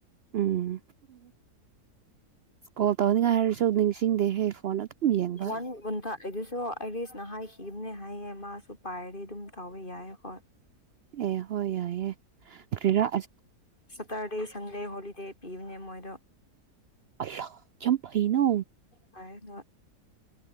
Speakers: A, on the right; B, on the left.
A: ꯎꯝ ꯀꯣꯜ ꯇꯧꯅꯤꯡꯉꯥꯏ ꯍꯥꯏꯔꯁꯨ ꯅꯤꯡꯁꯤꯡꯗꯦꯍꯦ ꯐꯣꯟ ꯑꯗꯨꯝ ꯌꯦꯡꯕ
B: ꯋꯥꯟꯨꯟꯊꯗꯤꯁꯨ ꯑꯩꯗꯤꯁ ꯅꯍꯥꯏ ꯌꯅꯦ ꯍꯥꯏꯌꯦ ꯃꯥꯁꯨ ꯄꯥꯏꯔꯤ ꯑꯗꯨꯝ ꯇꯧꯋ ꯌꯥꯏꯀꯣ
A: ꯑꯦ ꯍꯣꯏ ꯌꯥꯏ ꯑꯦ ꯀꯔꯤꯔ
B: ꯁꯇꯥꯥꯔꯗꯤ ꯁꯟꯗꯦ ꯍꯣꯂꯤ ꯗꯦ ꯄꯤꯕꯅꯦ ꯃꯣꯏꯗꯣ
A: ꯑ ꯀꯝ ꯐꯩꯅ
B: ꯍꯥꯏꯅ